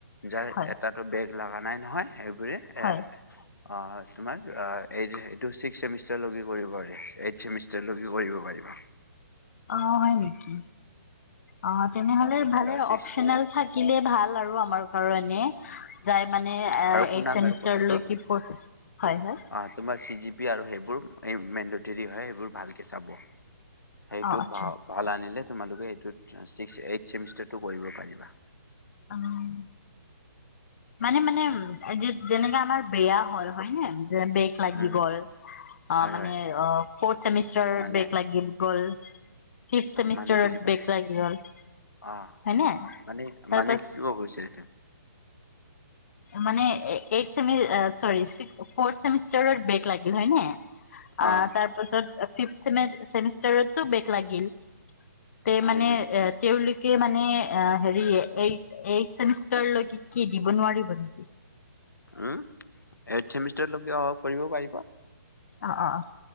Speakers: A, on the left; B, on the left.
A: যাৰ
B: হয়,
A: এটাতো বেগ লগা নাই নহয়! সেইবোৰে
B: হয়,
A: এ অ' তোমাৰ এইটো ছিক্স ছেমিষ্টাৰলৈকে কৰিব পাৰিবা, এইট ছেমিষ্টাৰলৈকে কৰিব পাৰিবা।
B: অ' হয় নেকি? অ' তেনেহ'লে ভালে।
A: ছিক্স
B: অপচনেল থাকিলে ভাল আৰু আমাৰ। আৰু এনে, যাই মানে এইট
A: আৰু শুনাম
B: ছেমিষ্টাৰলৈকে,
A: আৰু কথাটো
B: <unintelligible> হয় হয়।
A: অ তোমাৰ চি জি পি আৰু সেইবোৰ মেন্দেটৰি হয়, সেইবোৰ ভালকে চাব। সেইটো
B: অ', আচ্ছা,
A: ভ-ভাল আনিলে তোমালোক এইটোত, ছিক্স-এইট ছেমিষ্টাৰটো কৰিব পাৰিবা।
B: উম, মানে-মানে যে-যেনেককা আমাৰ বেয়া হ'ল হয়নে! যে বেক লাগি
A: উম
B: গ'ল, অ'
A: হয়
B: মানে
A: হয়
B: অ' ফৰথ চেমিষ্টাৰত
A: মানে
B: বেক লাগি গ'ল। ফিফট চেমিষ্টাৰত
A: মানে বুজি পোৱা
B: বেক
A: নাই
B: লাগি গ'ল,
A: অ
B: হয়নে?
A: মানে
B: তাৰ
A: মানে
B: পাছ
A: কি ক'ব খুজিছা এতিয়া?
B: মানে এইট চেমি, চৰী, ছিক্স-ফৰ্থ চেমিষ্টাৰত বেক লাগিল হয় নে? আ
A: অ হয়
B: তাৰপাছত ফিফট চেমিষ্টাৰতো বেক লাগিল তে মানে,
A: নেকি
B: তেওঁলোক কে মানে, আ হেৰি এই-এই চেমিষ্টাৰ লৈকে দিব নোৱাৰিব নেকি?
A: উম। এইট চেমিষ্টাৰলৈকে অ' কৰিব পাৰিব।
B: অ' অ' অ'।